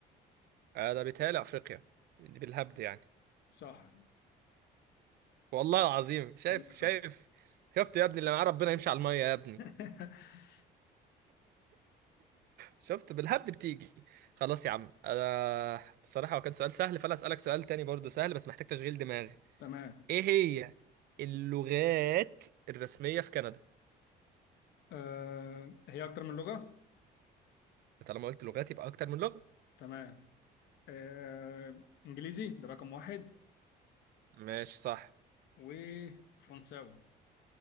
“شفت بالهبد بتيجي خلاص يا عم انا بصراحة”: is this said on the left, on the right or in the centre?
Right